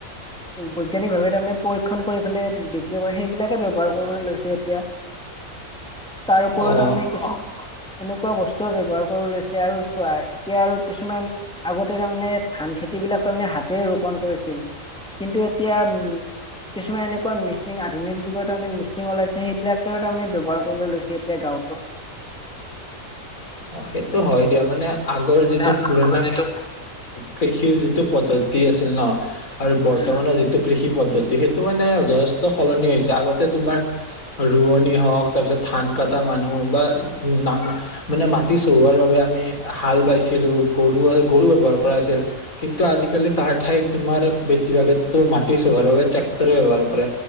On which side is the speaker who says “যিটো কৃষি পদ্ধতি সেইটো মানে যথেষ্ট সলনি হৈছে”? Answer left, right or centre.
Left